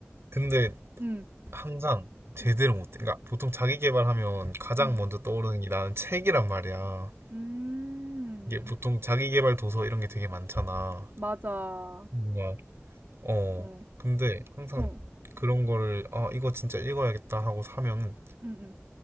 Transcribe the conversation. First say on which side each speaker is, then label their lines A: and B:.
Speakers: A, on the right; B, on the right.
A: 근데
B: 음,
A: 항상 제대로
B: 음,
A: 못해. 그러니까 보통 자기계발하면 가장
B: 음,
A: 먼저 떠오르는 게 나는 책이란 말이야.
B: 음.
A: 이게 보통 자기계발 도서 이런 게 되게 많잖아.
B: 맞아.
A: 뭔가, 어.
B: 어,
A: 근데 항상
B: 어,
A: 그런 거를, 아, 이거 진짜 읽어야겠다 하고 사면은
B: 음, 음,